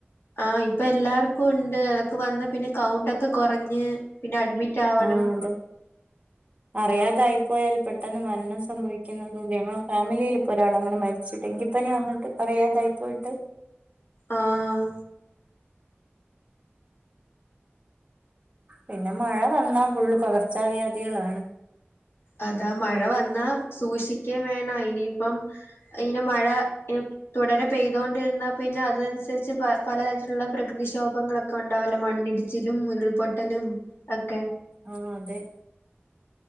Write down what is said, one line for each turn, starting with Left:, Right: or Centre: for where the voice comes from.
Left: ആഹ് ഇപ്പെല്ലാർക്കുണ്ട് അതൊക്കെ വന്ന പിന്നെ കൗണ്ടൊക്കെ കൊറഞ്ഞ് പിന്നെ അഡ്മിറ്റ് ആവണം
Right: ആഹ് അതെ. അറിയാതായിപ്പോയാല് പെട്ടെന്ന് മരണം സംഭവിക്ക്ന്നത് തേമ്മ ഫാമിലില് കൊറെയൾ അങ്ങനെ മര് ച്ച്ട് ടെങ്കിപ്പനി വന്നിട്ട് അറിയാതായി പോയിട്ട്.
Left: ആഹ്.
Right: പിന്നെ മഴ വന്നാ ഫുള് പകർച്ചാവ്യാധികളാണ്.
Left: അതാ മഴ വന്നാ സൂഷിക്കേവേണം അയ്നിയിപ്പം. ഇയ്ന് മഴ. തുടരെ പെയ്തോണ്ടിര്ന്നാ പിന്നെ അതനുസരിച്ച് പലതരത്തിലുള്ള പ്രകൃതിക്ഷോഭങ്ങളും. ക്കെണ്ടാവലൊ മണ്ണിടിച്ചിലും മുരുൾപൊട്ടലും ഒക്കെ.
Right: ആഹ് അതെ.